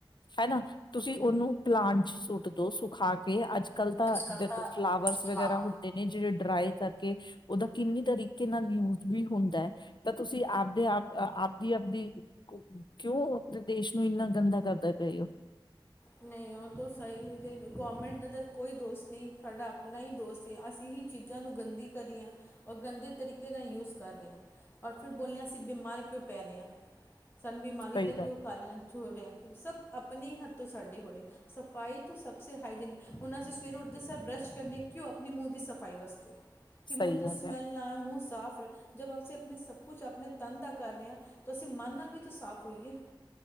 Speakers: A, on the left; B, on the left.
A: ਹਨਾ ਤੁਸੀਂ ਉਹਨੂੰ ਪਲਾਨ ਚ ਸੁੱਟ ਦੋ ਸੁਖਾ ਕੇ ਅੱਜ ਕੱਲ ਤਾਂ
B: ਅੱਜ ਕੱਲ੍ਹ
A: ਜ
B: ਤਾਂ
A: ਫਲਾਵਰਸ
B: ਫਲਾ
A: ਵਗੈਰਾ ਹੁੰਦੇ ਨੇ ਜਿਹੜੇ ਡਰਾਈ ਕਰਕੇ ਉਹਦਾ ਕਿੰਨੀ ਤਰੀਕੇ ਨਾਲ ਯੂਜ ਵੀ ਹੁੰਦਾ ਹੈ ਤਾਂ ਤੁਸੀਂ ਆਪਦੇ ਆਪ ਆਪਦੀ ਆਪਦੀ ਕਿਉਂ ਦੇਸ਼ ਨੂੰ ਇੰਨਾ ਗੰਦਾ ਕਰਦਾ ਪਏ ਹੋ।
B: ਨਹੀਂ ਸਹੀ ਗੌਰਮੈਂਟ ਦਾ ਤਾਂ ਕੋਈ ਦੋਸ ਨਹੀਂ ਸਾਡਾ ਆਪਣਾ ਹੀ ਦੋਸ ਹੈ ਅਸੀਂ ਹੀ ਚੀਜ਼ਾਂ ਨੂੰ ਗੰਦੀ ਕਰੀ ਹਾਂ ਔਰ ਗੰਦੇ ਤਰੀਕੇ ਨਾਲ ਯੂਸ ਕਰ ਰਹੇ ਹਾਂ ਔਰ ਫਿਰ ਬੋਲਦੇ ਹਾਂ ਅਸੀਂ ਬਿਮਾਰ ਕਿਉਂ ਪੈ ਰਹੇ ਹਾਂ। ਸਨ ਬਿਮਾਰੀ
A: ਸਹੀ
B: ਦਾ ਕਿਉਂ
A: ਗੱਲ
B: ਕਾਰਨ ਹੋ ਰਿਹਾ ਸਭ ਆਪਣੇ ਹੀ ਹੱਥ ਤੋਂ ਸਾਡੇ ਹੋ ਰਿਹਾ ਸਫ਼ਾਈ ਤੋਂ ਸਭ ਸ ਹਾਈਜੈਨਿਕ ਹੁਣ ਅਸੀਂ ਸਵੇਰੇ ਉੱਠਦੇ ਸ ਬ੍ਰੱਸ਼ ਕਰਨ ਕਿਉਂ ਆਪਣੇ ਮੂੰਹ ਦੀ ਸਫ਼ਾਈ ਵਾਸਤੇ
A: ਸਹੀ
B: ਕਿ ਮੂੰਹ ਤੇ
A: ਗੱਲ
B: ਸਮੈਲ
A: ਹੈ
B: ਨਾ ਮੂੰਹ ਸਾਫ਼ ਜਬ ਅਸੀਂ ਆਪਣੇ ਸਭ ਕੁਛ ਆਪਣੇ ਤਨ ਦਾ ਕਰ ਰੇ ਹਾਂ, ਤਾਂ ਅਸੀਂ ਮਨ ਨਾਲ ਵੀ ਤ ਸਾਫ਼ ਹੋਈਏ